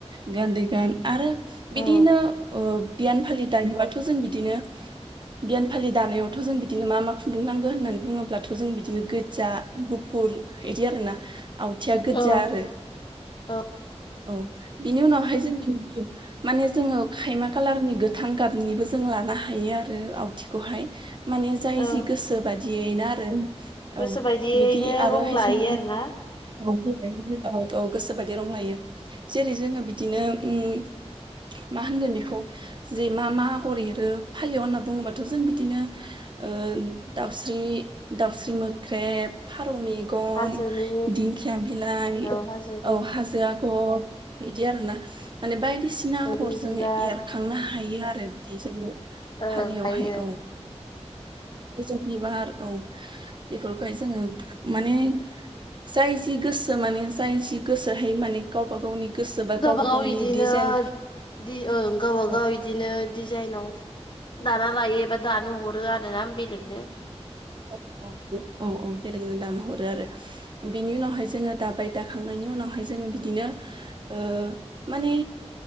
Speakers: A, on the right; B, on the left.
A: गान्दै गान आरो बिदिनो
B: ओं
A: ओ बियान फालि दायोबाथ' जों बिदिनो बियान फालि दानायावथ' जों बिदिनो मा मा खुन्दुं नांगो होननानै बुङोब्लाथ' जों बिदिनो गोजा गुफुर इदि आरो ना आवथिया गोजा
B: औ
A: आरो
B: औ
A: औ बिनि उनावहाय जोंङो माने जोङो खायमा खालारनि गोथां गाबनिबो जों लानो हायो आरो आवथिखौहाय माने जाय
B: ओं
A: जि गोसो बादियैनो आरो
B: गोसो
A: औ
B: बायदियैनो
A: बिदि आरोहाय
B: रं लायो
A: जों
B: आरोना
A: औ औ औ गोसोबायदि दिरूं लायो जेरै जोङो बिदिनो उम मा होनगोन बेखौ जे मा मा आगर एरो फालि होनना बुङोबाथ' जों बिदिनो ओ दाउस्रि दाउस्रि मोख्रेब फारौ मे गन
B: हाजोनि
A: दिंखिया बिलाइ
B: औ हाजोनि
A: औ हाजो आगर बिदि आरोना माने बायदिसिना
B: बैग्रि
A: आगर जोङो
B: बिबार
A: एरो खांनो हायो आरो बिदि जोङो
B: ओं
A: फालियावहाय
B: हायो
A: औ बेसर बिबार औ बेफोरखाय जोङो माने जाय जि गोसो माने जाय जि गोसोहाय माने गावबा गावनि गोसो बा
B: गावबागाव
A: गावबा गावनि
B: इदिनोओ
A: डिजाइन
B: गावबागाव
A: औ
B: बिदिनो डिजाइनाव दाना लायो एबा दानो हरो आरो ना बेलेगनो।
A: औ औ औ औ बेलेगनो दानो हरो आरो बेनि उनावहाय जोङो दाबाय दाखांनायनि उनावहाय जोङो बिदिनो ओ माने